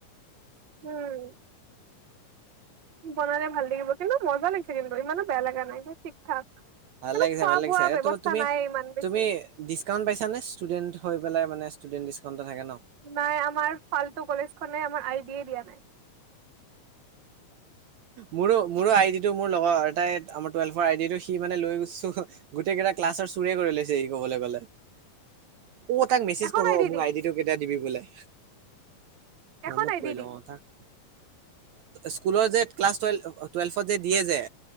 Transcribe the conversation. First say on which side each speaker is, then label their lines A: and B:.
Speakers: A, on the right; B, on the right.
A: উম। বনালে ভাল লাগিব কিন্তু মজা লাগিছে কিন্তু ইমানো বেয়া লগা নাই ঠিক ঠাক।
B: ভাল
A: কিন্তু
B: লাগিছে
A: খোৱা
B: ভাল লাগিছে
A: বোৱা
B: এ
A: ব্যৱস্থা
B: ত তুমি।
A: নাই ইমান বেছি
B: তুমি ডিছকাউণ্ট পাইছা নে ষ্টুডেণ্ট হৈ পেলাই মানে ষ্টুডেণ্ট ডিছকাউণ্ট। এটা থাকে ন
A: নাই আমাৰ ফাল্টু কলেজ খনে আমাৰ আইডিয়ে দিয়া নাই।
B: মোৰো মোৰো আইডিটো মোৰ লগৰ এটাই আম টুৱেলভৰ আইডিটো সি মানে লৈ গৈছে। গোটেই কেইটা ক্লাছৰ চোৰে কৰি লৈছে সি ক'বলৈ গ'লে। অ তাক মেছেজ
A: এখন
B: কৰোঁ
A: আই ডি
B: মোক
A: দি
B: আইডিটো কেতিয়া দিবি বোলে।
A: এখন
B: মনত
A: আই
B: পৰিল
A: ডি দি
B: অ তাক। স্কুলৰ যে ক্লাছটেল টুৱেলভত যে দিয়ে যে।